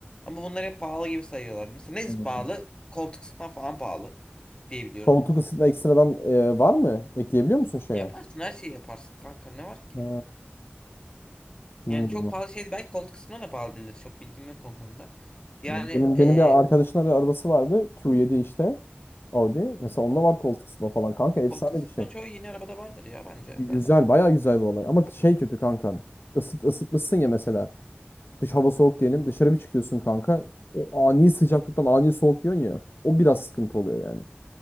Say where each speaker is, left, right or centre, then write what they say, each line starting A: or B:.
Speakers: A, on the left; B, on the left.
A: Ama bunları hep pahalı gibi sayıyorlar. Mesela ne
B: Anladım.
A: pahalı? Koltuk ısıtma falan pahalı diye biliyorum.
B: Koltuk ısıtma ekstradan e, var mı? Ekleyebiliyor musun şeye?
A: Yaparsın her şeyi yaparsın kanka ne var ki?
B: Ha, bilmiyorum.
A: Yani çok pahalı şey belki koltuk ısıtma da pahalı değildir. Çok bilgim yok o konuda. Yani
B: Hmm. Benim
A: e,
B: benim bir arkadaşın ara- arabası vardı. Q7 işte. Audi. Mesela onda var koltuk ısıtma falan kanka. Efsane
A: koltuk ısıtma
B: bir şey.
A: çoğu yeni arabada vardır ya bence
B: Gü-
A: zaten.
B: Güzel, bayağı güzel bir olay. Ama şey kötü kanka. Isıt, ısıtmışsın ya mesela. Dış hava soğuk diyelim. Dışarı bir çıkıyorsun kanka. O ani sıcaklıktan ani soğuk yiyorsun ya. O biraz sıkıntı oluyor yani.